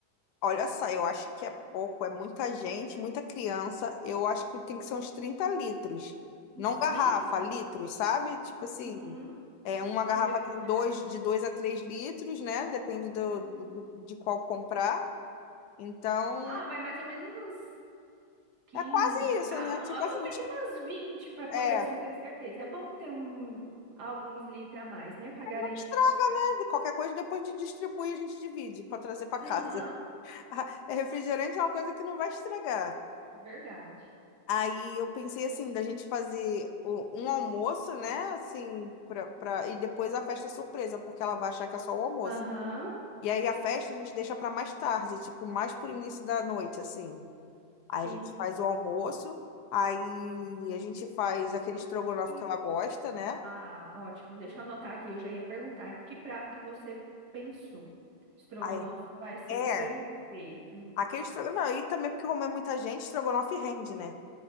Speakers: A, on the left; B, on the right.
A: Olha só, eu acho que é pouco, é muita gente, muita criança. Eu acho que tem que ser uns 30 litros.
B: uns
A: Não garrafa,
B: trinta
A: litros, sabe? Tipo assim,
B: uhum,
A: é, uma
B: de
A: garrafa
B: refrigerante.
A: tem dois, de 2 a 3 litros, né? Depende do, do-
B: Uhum.
A: do- de qual comprar. Então,
B: Ah, vai mais ou menos uns quinze,
A: É quase isso,
B: Ah,
A: né?
B: bom,
A: Tipo
B: eu
A: assim,
B: vou pedir
A: os-
B: umas 20 para poder
A: é,
B: assim ter certeza. É bom ter um alguns litros a mais, né, para garantir.
A: não estraga. Qualquer coisa depois de distribuir, a gente divide para trazer para
B: Aham,
A: casa. <laughs> É, Refrigerante é uma coisa que não vai estragar.
B: verdade.
A: Aí eu pensei assim, da gente fazer o- um almoço, né? Assim, pra, pra, e depois a festa surpresa, porque ela vai achar que é só o almoço.
B: Aham,
A: E aí a festa a gente deixa para mais tarde, tipo, mais pro início da noite, assim. Aí
B: sim.
A: a gente faz o almoço, aí a gente faz aquele estrogonofe
B: E-
A: que ela gosta, né?
B: ah, ótimo. Deixa eu anotar aqui. Eu já ia perguntar que prato que você pensou. Estrogonofe
A: Aí.
B: vai ser
A: É,
B: perfeito.
A: Aquele estrogonofe. E também porque como é muita gente, estrogonofe rende, né?